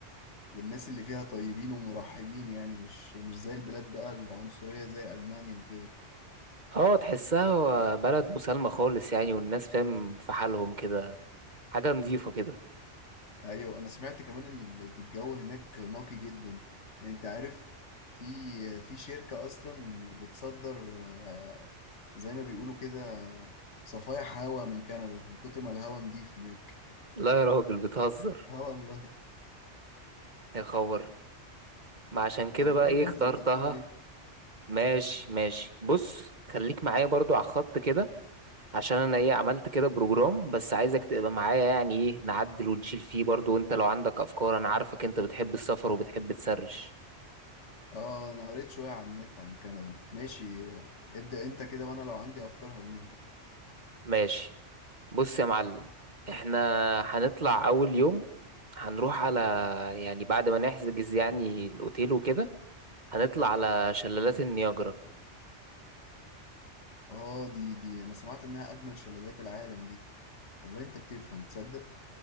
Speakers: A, on the left (about 75°); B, on the right (about 40°).
A: والناس اللي فيها طيبين ومرحبين يعني مش مش زي البلاد بقى العنصرية زي ألمانيا وكده
B: اه تحسها بلد مسالمة خالص يعني والناس فاهم في حالهم كده حاجة نظيفة كده
A: أيوة أنا سمعت كمان إن ال- الجو هناك نقي جدا أنت عارف في في شركة أصلا بتصدر آه، زي ما بيقولوا كده صفايح هوا من كندا من كتر ما الهوا نضيف هناك
B: لا يا راجل بتهزر
A: اه والله
B: يا خبر ما عشان كده
A: طب
B: بقى
A: قول
B: ايه
A: لي بقى
B: اخترتها
A: مظبط لنا ايه
B: ماشي ماشي بص خليك معايا برضو على الخط كده عشان انا ايه عملت كده بروجرام بس عايزك تبقى معايا يعني ايه نعدل ونشيل فيه برضو وانت لو عندك افكار انا عارفك انت بتحب السفر وبتحب تسرش
A: اه انا قريت شويه عن النت عن كندا ماشي آه، ابدأ انت كده وانا لو عندي افكار هرميها
B: ماشي بص يا معلم احنا هنطلع اول يوم هنروح على يعني بعد ما نحجز يعني الأوتيل وكده هنطلع على شلالات النياجرا
A: اه دي دي انا سمعت انها اجمل شلالات العالم دي والله انت بتفهم تصدق